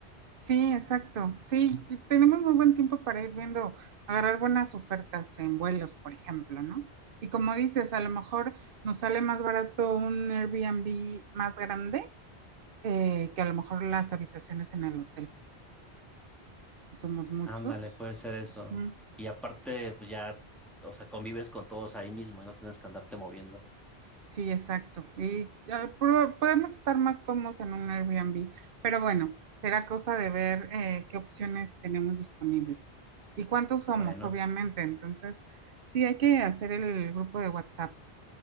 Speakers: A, on the right; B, in the centre.
A: Sí, exacto. Sí, t- tenemos muy buen tiempo para ir viendo, agarrar buenas ofertas en vuelos, por ejemplo, ¿no? Y como dices, a lo mejor nos sale más barato un Airbnb más grande eh, que a lo mejor las habitaciones en el hotel. Si somos muchos.
B: Ándale, puede ser eso.
A: Mm.
B: Y aparte, pues ya, o sea, convives con todos ahí mismo y no tienes que andarte moviendo.
A: Sí, exacto. Y ya pro- podemos estar más cómodos en un Airbnb, pero bueno, será cosa de ver eh, qué opciones tenemos disponibles y cuántos
B: Bueno,
A: somos, obviamente. Entonces, sí, hay que hacer el grupo de WhatsApp.